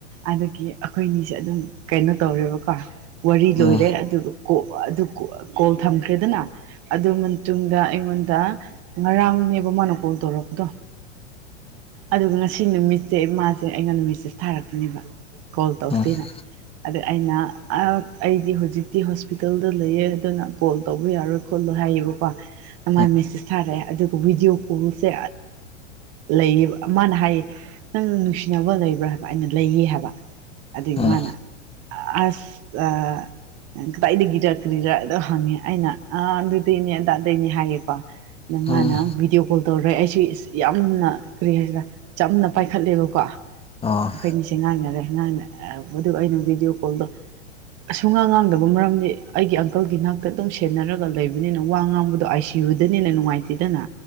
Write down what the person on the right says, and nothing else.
ꯑꯗꯨꯒꯤ ꯑꯩꯈꯣꯏꯅꯤꯁꯦ ꯑꯗꯨꯝ ꯀꯩꯅꯣ ꯇꯧꯔꯦꯕꯀꯣ ꯋꯥꯔꯤ
ꯂꯣꯏꯔꯦ ꯑꯗꯨꯒ ꯀꯣ ꯑꯗꯨ ꯀꯣ ꯀꯣꯜ ꯊꯝꯈ꯭ꯔꯦꯗꯅ ꯑꯗꯨ ꯃꯇꯨꯡꯗ ꯑꯩꯉꯣꯟꯗ ꯉꯔꯥꯡꯅꯦꯕ ꯃꯥꯅ ꯀꯣꯜ ꯇꯧꯔꯛꯄꯗꯣ ꯑꯗꯨꯒ ꯉꯁꯤ ꯅꯨꯃꯤꯠꯁꯦ ꯃꯥꯁꯦ ꯑꯩꯉꯣꯟꯗ ꯃꯦꯁꯦꯁ ꯊꯥꯔꯛꯄꯅꯦꯕ ꯀꯣꯜ ꯇꯧꯁꯤꯅ
ꯑꯗꯨ ꯑꯩꯅ <unintelligible> ꯑꯩꯗꯤ ꯍꯧꯖꯤꯛꯇꯤ ꯍꯣꯁꯄꯤꯇꯥꯜꯗ ꯂꯩꯌꯦ ꯑꯗꯨꯅ ꯀꯣꯜ ꯇꯧꯕ ꯌꯥꯔꯣꯏ ꯈꯣꯠꯂꯣ ꯍꯥꯏꯌꯦꯕꯀꯣ
ꯑꯃꯥꯏ ꯃꯦꯁꯦꯁ ꯊꯥꯔꯛꯑꯦ ꯑꯗꯨꯒ ꯕꯤꯗꯤꯑꯣ ꯀꯣꯜꯁꯦ ꯂꯩꯌꯦꯕ ꯃꯥꯅ ꯍꯥꯏꯌꯦ ꯅꯪ ꯅꯨꯡꯁꯤꯅꯕ ꯂꯩꯕ꯭ꯔꯥ ꯍꯥꯏꯕ ꯑꯩꯅ ꯂꯩꯌꯦ ꯍꯥꯏꯕ ꯑꯗꯩ
ꯃꯥꯅ ꯑꯁ ꯑ ꯀꯗꯥꯏꯗꯒꯤꯔ ꯀ꯭ꯔꯤꯔ ꯑꯗꯣ ꯍꯪꯉꯦ ꯑꯩꯅ ꯑ ꯑꯗꯨꯗꯩꯅꯦ ꯑꯗꯥꯗꯩꯅꯦ ꯍꯥꯏꯌꯦꯕ ꯅꯃꯥꯅ
ꯚꯤꯗꯤꯑꯣ ꯀꯣꯜ ꯇꯧꯔꯦ ꯑꯩꯁꯨ ꯏꯁ ꯌꯥꯝ ꯎꯝꯅ ꯀꯔꯤ ꯍꯥꯏꯁꯤꯔ ꯆꯝꯅ ꯄꯥꯏꯈꯠꯂꯦꯕꯀꯣ
ꯑꯩꯈꯣꯏꯅꯤꯁꯦ ꯉꯥꯡꯅꯔꯦ ꯉꯥꯡꯅ ꯑ ꯕꯗꯨ ꯑꯩꯅ ꯚꯤꯗꯤꯑꯣ ꯀꯣꯜꯗꯣ ꯑꯁ ꯁꯨꯡꯉꯥꯡ ꯉꯥꯡꯗꯕ ꯃꯔꯝꯗꯤ ꯑꯩꯒꯤ ꯑꯪꯀꯜꯒꯤ ꯅꯥꯛꯇ ꯑꯗꯨꯝ ꯁꯦꯟꯅꯔꯒ ꯂꯩꯕꯅꯤꯅ ꯋꯥ ꯉꯥꯡꯕꯗꯣ ꯑꯥꯏꯁꯤ ꯌꯨꯗꯅꯤꯅ ꯅꯨꯡꯉꯥꯏꯇꯦꯗꯅ